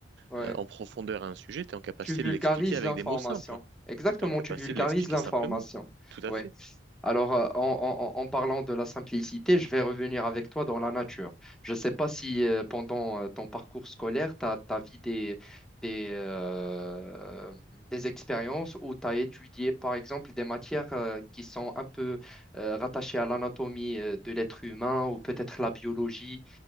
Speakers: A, in the centre; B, on the right (about 65°).
A: Ouais.
B: euh, en profondeur un sujet, tu es en capacité
A: Tu vulgarises
B: de l'expliquer avec
A: l'information.
B: des mots simples.
A: Exactement,
B: Tu es en capacité
A: tu vulgarises
B: de l'expliquer
A: l'information.
B: simplement. Tout
A: Ouais.
B: à fait.
A: Alors, euh, en, en- en- en parlant de la simplicité, je vais revenir avec toi dans la nature. Je ne sais pas si euh, pendant euh, ton parcours scolaire, tu as, vu des, des, euh, des expériences où tu as étudié, par exemple, des matières euh, qui sont un peu euh, rattachées à l'anatomie euh, de l'être humain ou peut-être la biologie,